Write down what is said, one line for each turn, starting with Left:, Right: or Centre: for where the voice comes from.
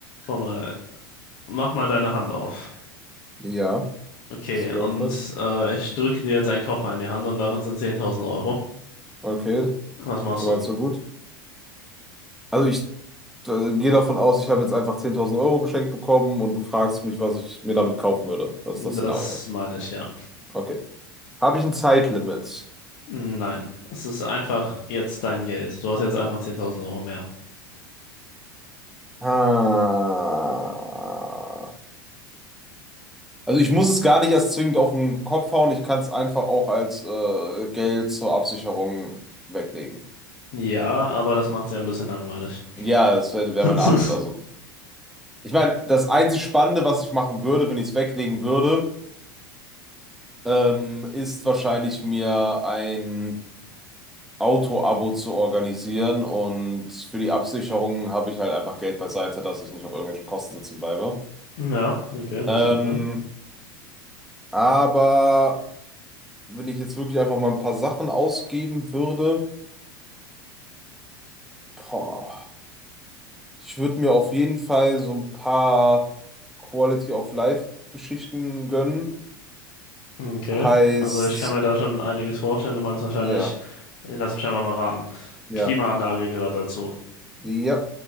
Left: Komm mal, mach mal deine Hand auf.
Centre: Ja,
Left: Okay,
Centre: ist geöffnet.
Left: und äh, ich drücke dir jetzt einen Koffer in die Hand und darin sind 10.000 Euro.
Centre: Okay,
Left: Was machst
Centre: soweit
Left: du?
Centre: so gut. Also ich äh, gehe davon aus, ich habe jetzt einfach 10.000 Euro geschenkt bekommen und du fragst mich, was ich mir damit kaufen würde. Das
Left: Das
Centre: ist das Szenario.
Left: meine ich, ja.
Centre: Okay. Habe ich ein Zeitlimit?
Left: Nein, es ist einfach jetzt dein Geld. Du hast jetzt einfach zehntausend Euro mehr.
Centre: Ah. Also ich muss es gar nicht erst zwingend auf den Kopf hauen, ich kann es einfach auch als äh, Geld zur Absicherung weglegen.
Left: Ja, aber das macht sie ein bisschen langweilig.
Centre: Ja, das wäre wär wär
Left: <laughs>
Centre: meine Antwort. Also ich meine, das einzig Spannende, was ich machen würde, wenn ich es weglegen würde, ähm, ist wahrscheinlich mir ein Auto-Abo zu organisieren und für die Absicherung habe ich halt einfach Geld beiseite, dass ich nicht auf irgendwelchen Kosten sitzen bleibe.
Left: Ja, okay, das
Centre: Ähm,
Left: macht Sinn.
Centre: aber wenn ich jetzt wirklich einfach mal ein paar Sachen ausgeben würde, boah, ich würde mir auf jeden Fall so ein paar Quality of Life Geschichten gönnen.
Left: Okay,
Centre: Heißt,
Left: also ich kann mir da schon einiges vorstellen. Du meinst wahrscheinlich,
Centre: ja,
Left: lass mich einmal mal raten.
Centre: ja,
Left: Klimaanlage gehört dazu.
Centre: ja,